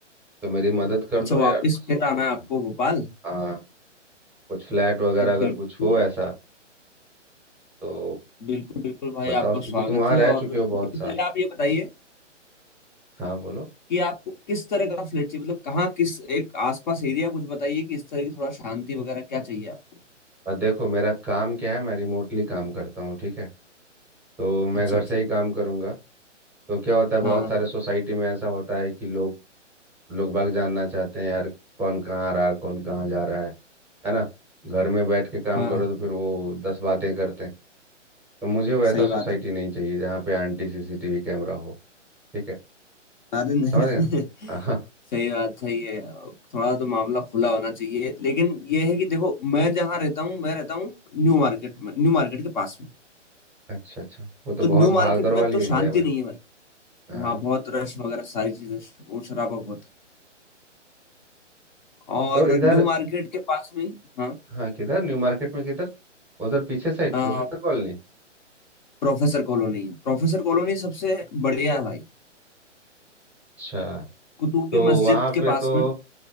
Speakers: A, in the centre; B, on the left (about 40°).
A: तो मेरी मदद कर
B: अच्छा
A: दो
B: वापस
A: यार
B: फिर आना
A: कुछ
B: है आपको भोपाल
A: हाँ कुछ फ्लैट वगैरह
B: तो
A: अगर
B: बिल्कुल
A: कुछ हो ऐसा तो
B: बिल्कुल बिल्कुल भाई
A: बताओ
B: आपका
A: क्योंकि
B: स्वागत
A: तुम वहां
B: है
A: रह
B: और
A: चुके हो
B: मुझे
A: बहुत साल
B: पहले आप ये बताइए
A: हाँ बोलो
B: कि आपको किस तरह का फ्लैट चाहिए मतलब कहाँ किस एक आसपास एरिया कुछ बताइए कि इस तरह की थोड़ा शांति वगैरह क्या चाहिए आपको
A: आ, देखो मेरा काम क्या है मैं रिमोटली काम करता हूँ ठीक है तो मैं
B: अच्छा
A: घर
B: अच्छा
A: से ही काम करूंगा तो क्या होता है बहुत
B: हाँ
A: सारे सोसाइटी में ऐसा होता है कि लोग लोग बाग जानना चाहते हैं यार कौन कहाँ आ रहा है कौन कहाँ जा रहा है है ना घर में बैठ के काम
B: हाँ
A: करो तो फिर वो दस बातें करते हैं तो मुझे वैसा
B: सही
A: सोसाइटी
B: बात है
A: नहीं चाहिए जहाँ पे आंटी सीसीटीवी कैमरा हो ठीक है
B: अरे नहीं
A: समझ
B: नहीं
A: गए ना
B: नहीं
A: हाँ
B: सही बात सही है थोड़ा तो मामला खुला होना चाहिए लेकिन ये है कि देखो मैं जहाँ रहता हूँ मैं रहता हूँ न्यू मार्केट में न्यू मार्केट के पास में
A: अच्छा अच्छा वो तो
B: तो
A: बहुत
B: न्यू मार्केट
A: भागदौड़ वाली
B: में तो
A: एरिया
B: शांति
A: है भाई
B: नहीं है भाई
A: हाँ
B: हाँ बहुत रश वगैरह सारी चीजें वो शराबा बहुत है और
A: तो इधर
B: न्यू मार्केट के पास में ही- हाँ
A: हाँ किधर न्यू मार्केट में किधर उधर पीछे साइड
B: अ,
A: प्रोफेसर कॉलोनी
B: प्रोफेसर कॉलोनी प्रोफेसर कॉलोनी सबसे बढ़िया है भाई
A: अच्छा
B: कुतुबी
A: तो
B: मस्जिद
A: वहाँ
B: के
A: पे
B: पास
A: तो
B: में